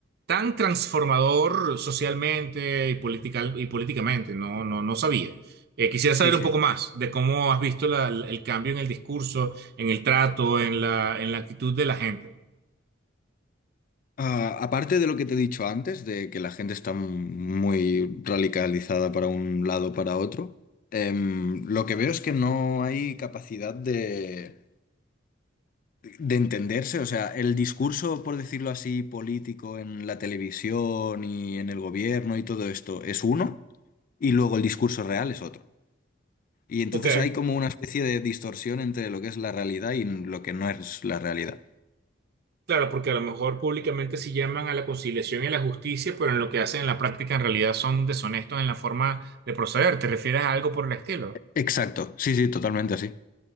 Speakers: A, on the right; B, on the left.
A: tan transformador socialmente y, política- y políticamente. No, no, no sabía. Eh, quisiera saber
B: Sí, sí.
A: un poco más de cómo has visto la- el cambio en el discurso, en el trato, en la, en la actitud de la gente.
B: Ah, aparte de lo que te he dicho antes, de que la gente está muy radicalizada para un lado para otro, em, lo que veo es que no hay capacidad de, de entenderse. O sea, el discurso, por decirlo así, político en la televisión y en el gobierno y todo esto es uno, y luego el discurso real es otro. Y entonces
A: Ok.
B: hay como una especie de distorsión entre lo que es la realidad y lo que no es la realidad.
A: Claro, porque a lo mejor públicamente sí llaman a la conciliación y a la justicia, pero en lo que hacen en la práctica en realidad son deshonestos en la forma de proceder. ¿Te refieres a algo por el estilo?
B: Exacto, sí, sí, totalmente así.